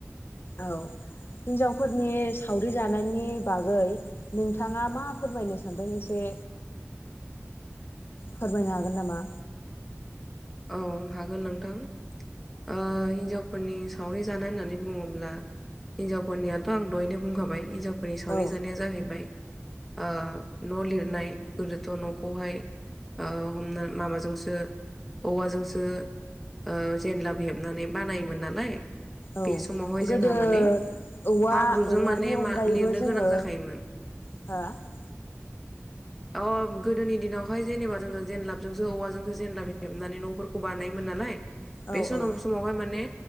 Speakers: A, on the left; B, in the centre.
A: औ हिनजाव फोरनि सावरि जानायनि बागै नोंथाङा मा फोरमायनो सानदों एसे फोरमायनो हागोन नामा
B: औ हागोन नोंथां ओ हिनजावफोरनि सावरि जानाय होननानै बुङोब्ला हिनजावफोरनियाथ आं दहायनो बुंखाबाय हिनजावफोरनि सावरि
A: औ
B: जानाया जाहैबाय ओ न लिरनाय गोदोथ नखौहाय ओ हमना माबाजोंसो औवाजोंसो ओ जेनलाब हेबनानै बानायोमोन नालाय
A: औ
B: बे समावहाय जोंहा
A: गोदो
B: माने
A: औवा
B: हाब्रुजों
A: औवानि
B: माने
A: अनगायैबो
B: मा लिरनो
A: जोङो
B: गोनां जाखायोमोन
A: <unintelligible>
B: अ गोदोनि दिनावहाय जेनेबा जोङो जेनलाबजोंसो औवाजोंसो जेनलाब हेबनानै नफोरखौ बानायोमोन नालाय
A: औ
B: बे समाव
A: औ
B: समावहाय माने